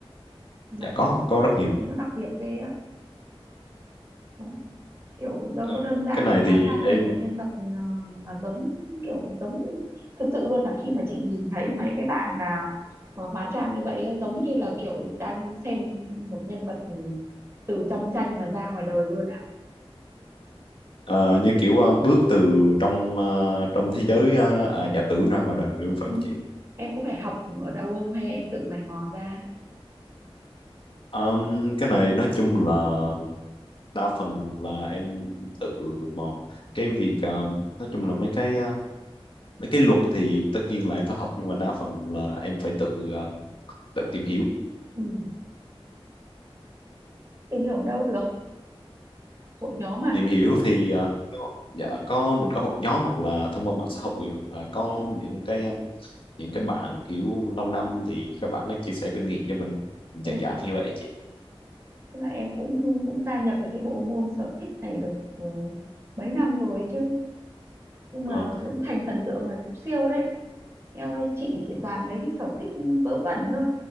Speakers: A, on the right; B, on the left.
A: mà
B: dạ có có rất
A: mà
B: nhiều
A: chị thấy nó đặc biệt ghê á đấy. kiểu đâu
B: Ờ,
A: có đơn giản
B: cái này
A: để hóa
B: thì
A: trang
B: em
A: thành một nhân vật ờ, mà giống kiểu giống thực sự luôn là khi mà chị nhìn thấy mấy cái bạn mà ờ, hóa trang như vậy á, giống như là kiểu đang xem một nhân vật từ trong tranh mà ra ngoài đời luôn á
B: ờ, như kiểu ờ, bước từ trong ờ, trong thế giới ờ, à, giả tưởng ra ngoài đời luôn phải
A: ừ.
B: không chị
A: em có phải học ở đâu không hay em tự mày mò ra
B: Um, cái này nói chung là đa phần là em tự mò cái việc um, nói chung là mấy cái uh, mấy cái luật thì tất nhiên là em phải học nhưng mà đa phần là em phải tự uh, tự tìm hiểu
A: ừ. tìm hiểu ở đâu được hội nhóm à
B: tìm hiểu thì uh, có- dạ có mình có hội nhóm hoặc là thông qua mạng xã hội hoặc là có những cái ờ, những cái bạn kiểu lâu năm thì các bạn ấy chia sẻ kinh nghiệm cho mình dạng
A: ừ.
B: dạng như vậy chị
A: tức là em cũng cũng gia nhập được cái bộ môn sở thích này được ừ, mấy năm rồi ấy chứ nhưng mà
B: Dạ vâng
A: cũng thành thần tượng này cũng siêu đấy em ơi chị chỉ toàn mấy cái sở thích vớ vẩn thôi